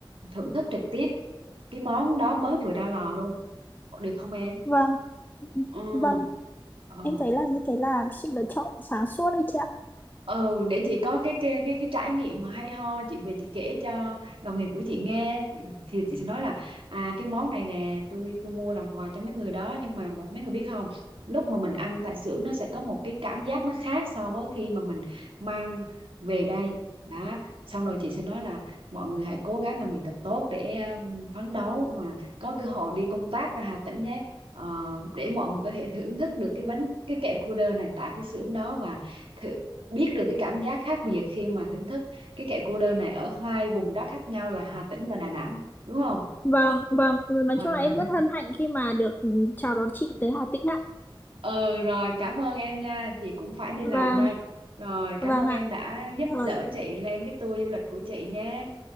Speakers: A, on the right; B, on the left.
A: thưởng thức trực tiếp cái món đó mới vừa ra lò luôn được không em
B: Vâng,
A: ừ
B: vâng,
A: ừ
B: em thấy là như thế là sự lựa chọn sáng suốt đấy chị ạ.
A: ừ để chị có cái cái cái, cái trải nghiệm mà hay ho chị về chị kể cho đồng nghiệp của chị nghe thì chị sẽ nói là à cái món này nè tôi tôi mua làm quà cho mấy người đó nhưng mà mấy người biết không lúc mà mình ăn tại xưởng nó sẽ có một cái cảm giác nó khác so với khi mà mình mang về đây đó xong rồi chị sẽ nói là mọi người hãy cố gắng làm việc thật tốt để ờ, phấn đấu mà có cơ hội đi công tác ra Hà Tĩnh nhé Ờ, để mọi người có thể thưởng thức được cái bánh cái kẹo cu đơ này tại cái xưởng đó và thử biết được cái cảm giác khác biệt khi mà thưởng thức cái kẹo cô đơn này ở hai vùng đất khác nhau là Hà Tĩnh và Đà Nẵng đúng không
B: Vâng, vâng, Ừ, nói
A: ừ.
B: chung là em rất hân hạnh khi mà được ừ, chào đón chị tới Hà Tĩnh ạ.
A: ừ rồi cảm ơn em nha chị cũng phải đi làm
B: Vâng,
A: đây rồi cảm
B: vâng
A: ơn
B: ạ.
A: em đã giúp
B: Rồi.
A: đỡ chị lên cái tour du lịch của chị nhé